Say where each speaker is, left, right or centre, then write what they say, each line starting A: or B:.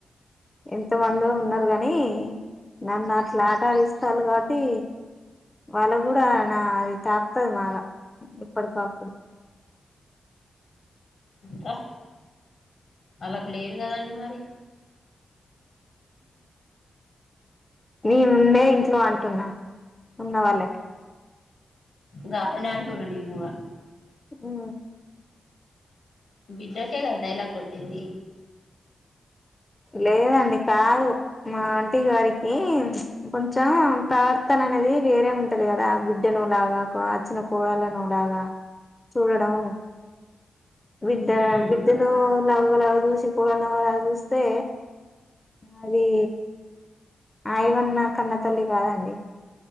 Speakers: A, on the left (about 20°); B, on the left (about 70°).
A: ఎంత మంది ఉన్నారు కానీ నన్నుట్లా ఆట ఆడిస్తారు కాబట్టి వాళ్ళకు కూడా నా అది తాకుతది బాగా ఎప్పటికప్పుడు
B: రా అల్లాకు లేరు కదండి. మరి
A: నీ ముందే ఇంట్లో అంటున్నా ఉన్న వాళ్ళకి
B: గాల్లనే అంటున్న నేనుకూడా
A: ఆ
B: బిడ్డ కే కదా డైలాగ్ గొట్టేది.
A: లేదండి కాదు మా ఆంటీ గారికి కొంచెం ప్రవర్తన అనేది వేరే ఉంటది కదా బిడ్డనోలాగా క వచ్చిన కోడళ్లనోలాగా చూడడం బిడ్డ
B: మ్
A: బిడ్డ ను ఒగలగా చూసి కోడల్ని ఒగలగా చూస్తే అది ఆయవన్న కన్న తల్లి కాదండి.